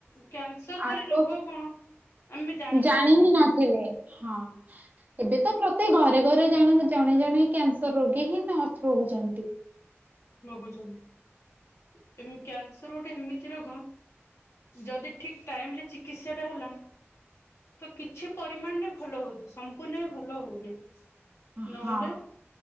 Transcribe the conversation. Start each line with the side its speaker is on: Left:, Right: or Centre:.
Left: କ୍ୟାନସର
Right: ଆଗ
Left: ବୋଲି ରୋଗ କଣ ଆମେ ଜାଣିନଥିଲେ
Right: ଜାଣି ହିଁ ନାଥିଲେ ହଁ। ଏବେ ତ ପ୍ରତି ଘରେ ଘରେ ଜଣେ ଜଣେ ଜଣେ କ୍ୟାନସର ରୋଗୀ କେହି ନର୍ଥ ରହୁଚନ୍ତି।
Left: ଭୋଗୁଚନ୍ତି ଏମ୍ କ୍ୟାନସର ଗୋଟେ ଏମିତି ରୋଗ ଯଦି ଠିକ ଟାଇମ ରେ ଚିକିତ୍ସା ଟା ହେଲା ତ କିଛି ପରିମାଣ ରେ ଭଲ ହଉଛି ସମ୍ପୂର୍ଣ୍ଣ ଏ ଭଲ ହଉନି।
Right: ହଁ।
Left: ନହେଲେ